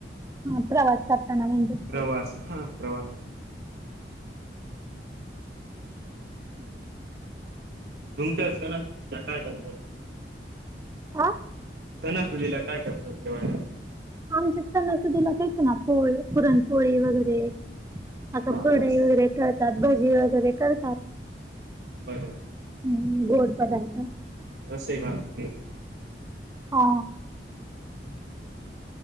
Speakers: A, on the right (about 15°); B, on the right (about 70°).
A: हां प्रवास करताना म्हणजे
B: प्रवास हा प्रवास हम्म. तुमचं <inaudible> असं ना ति काय चालतात
A: आ?
B: सणा सुदीला काय करतात जेवायला?
A: आमच्या सणासुदीला काहीपण ना पोळ्या पुरणपोळी वगैरे असं
B: हा
A: खुरडई
B: रस
A: वगैरे तळतात भजी वगैरे करतात.
B: बरं.
A: हम्म गोड पदार्थ
B: बस स बाात <unintelligible>
A: हा.